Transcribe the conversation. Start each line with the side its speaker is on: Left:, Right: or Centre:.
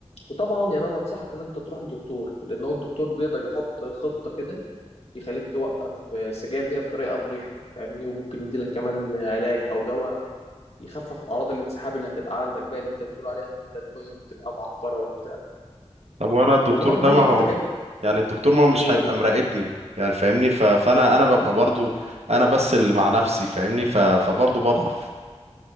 Left: وطبعا يعني انا انصحك ان انت تروح لدكتور لان هو الدكتور بيقدر يحط خطه كده يخليك توقف السجاير بيها بطريقه مريحه فاهمني وممكن يديلك كمان علاج او دواء يخفف اعراض الانسحاب اللي هتبقى عندك بقى اللي انت بتقول عليها ان انت دماغك بتبقى معكره وبتاع
Right: طب وانا الدكتور
Left: وبرضه
Right: ده ما هو
Left: تجنب
Right: يعني الدكتور ما هو مش
Left: قول
Right: هيبقى
Left: قول
Right: مراقبني يعني فاهمني ف... فانا انا ببقى برضو انا بس اللي مع نفسي فاهمني ف... فبرضو بضعف